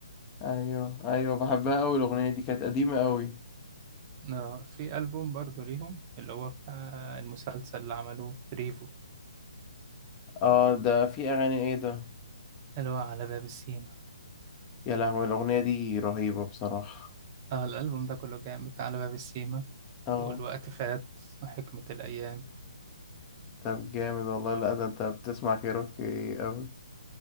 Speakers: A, on the left; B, on the right.
A: أيوه أيوه بحبها قوي الأغنية دي كانت قديمة قوي
B: لا، في ألبوم برضو ليهم اللي هو بتاع المسلسل اللي عملوه ريفو
A: آه ده في أغاني إيه ده
B: اللي هو على باب السيما
A: يا لهوي الأغنية دي رهيبة بصراحة
B: اه الألبوم ده كله جامد على باب السيما
A: آه
B: والوقت فات وحكمة الأيام
A: طب جامد والله لا ده أنت بتسمع كيروكي قوي